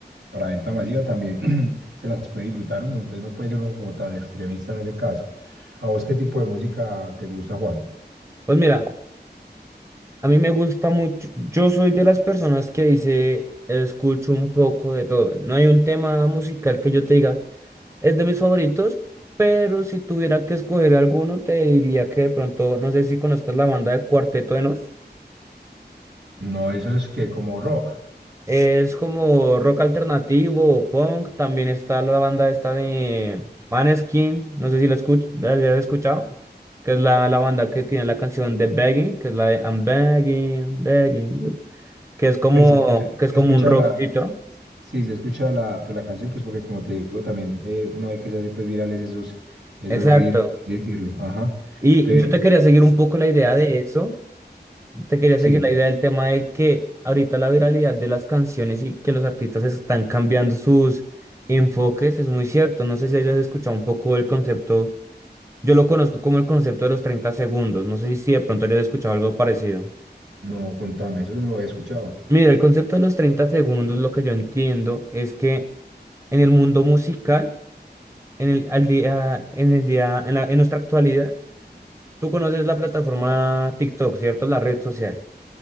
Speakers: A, on the right (about 85°); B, on the right (about 15°).
A: para venta masiva también <clears throat> se las puede disfrutar uno, entonces no puede ser uno como tan extremista en ese caso. ¿A vos qué tipo de música te gusta, Juan?
B: Pues mira. A mí me gusta mucho, yo soy de las personas que dice, escucho un poco de todo. No hay un tema musical que yo te diga, es de mis favoritos, pero si tuviera que escoger alguno, te diría que de pronto, no sé si conozcas la banda de Cuarteto de Nos.
A: No, eso es que como rock.
B: Es como rock alternativo o punk. También está la banda esta de Maneskin, no sé si la escuch la hayas escuchado, que es la, la banda que tiene la canción de Begging, que es la de I'm begging, begging. you". que es como,
A: Pues si escucha,
B: que
A: si
B: es como
A: escucha
B: un rockcito.
A: la, sí, si escucha la, pues, la canción, pues porque como te digo también, eh, uno ve que se hace pues virales esos, esos
B: Exacto.
A: reels, por así decirlo, ajá.
B: Y
A: Pero
B: yo te quería seguir un poco la idea de eso. Te quería
A: sí,
B: seguir la idea del tema de que ahorita la viralidad de las canciones y que los artistas están cambiando sus enfoques es muy cierto. No sé si hayas escuchado un poco el concepto. Yo lo conozco como el concepto de los 30 segundos. No sé si de pronto hayas escuchado algo parecido.
A: no, contame, eso no lo había escuchado.
B: Mira, el concepto de los 30 segundos, lo que yo entiendo es que en el mundo musical, en el, al día, en el día, en la- en nuestra actualidad, Tú conoces la plataforma TikTok, ¿cierto? La red social.